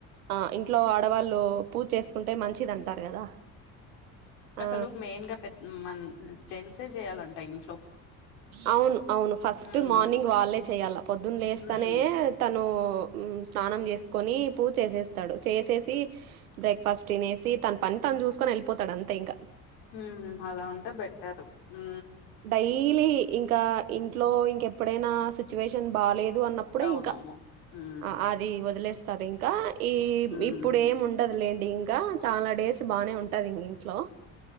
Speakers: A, on the right; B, on the left.
A: ఆ ఇంట్లో ఆడవాళ్ళు పూజ చేసుకుంటే మంచిది అంటారు కదా ఆ
B: అసలు మెయిన్ గా పెద్ మన్ జెన్సే చెయ్యాలంట ఇం
A: అవును అవును ఫస్ట్
B: హ్మ్.
A: మార్నింగ్ వాళ్ళే చెయ్యాల పొద్దున్న లేస్తానే
B: హ్మ్.
A: తను ఓ ఉమ్స్ స్నానం చేసుకొని పూజ చేసేస్తాడు చేసేసి బ్రేక్ఫాస్ట్ తినేసి తన పని తను చూసుకొనే వెళ్ళిపోతాడు అంతే ఇంక
B: ఊ అలా ఉంటే బెట్టరు ఊ
A: డైలీ ఇంకా ఇంట్లో ఇంకెప్పుడైనా సిచ్యువేషన్ బాలే దు అన్నప్పుడే
B: అవునవును.
A: ఇంకా
B: హ్మ్.
A: ఆ అది వదిలేస్తారు ఇంకా ఈ
B: హ్మ్.
A: ఇప్పుడు ఏం ఉండదులేం డి ఇంకా చాలా డేస్ బానే ఉంటాది ఇంగ ఇంట్లో